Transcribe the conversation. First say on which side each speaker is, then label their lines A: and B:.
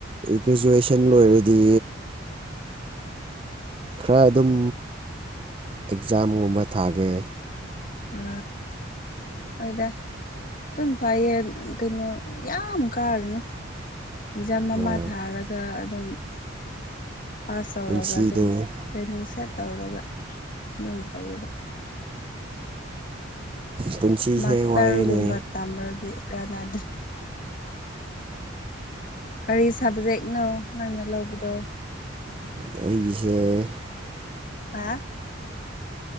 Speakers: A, on the right; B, on the left.
A: ꯒ꯭ꯔꯦꯖꯨꯋꯦꯁꯟ ꯂꯣꯏꯔꯗꯤ ꯈꯔ ꯑꯗꯨꯝ ꯑꯦꯛꯖꯥꯝꯒꯨꯝꯕ ꯊꯥꯒꯦ
B: ꯑ ꯍꯣꯏꯗ ꯑꯗꯨꯝ ꯐꯩꯌꯦ ꯀꯩꯅꯣ ꯌꯥꯝ ꯀꯥꯔꯨꯅꯨ ꯑꯦꯛꯖꯥꯝ
A: ꯍꯣꯏ
B: ꯑꯃ ꯊꯥꯔꯒ ꯑꯗꯨꯝ ꯄꯥꯁ ꯇꯧꯔꯒ
A: ꯄꯨꯟꯁꯤꯗꯨ
B: ꯑꯗꯨꯝ ꯇ꯭ꯔꯦꯅꯤꯡ ꯁꯦꯠ ꯇꯧꯔꯒ ꯑꯗꯨꯝ ꯐꯩꯌꯦꯕ
A: ꯄꯨꯟꯁꯤꯁꯦ
B: ꯃꯥꯁꯇꯔꯒꯨꯝꯕ
A: ꯋꯥꯏꯅꯦ
B: ꯇꯝꯕ꯭ꯔꯣꯗꯤ ꯀꯅꯗ꯭ꯔꯦ ꯀꯔꯤ ꯁꯕꯖꯦꯛꯅꯣ ꯅꯪꯅ ꯂꯧꯕꯗꯣ
A: ꯑꯩꯒꯤꯁꯦ
B: ꯍꯥ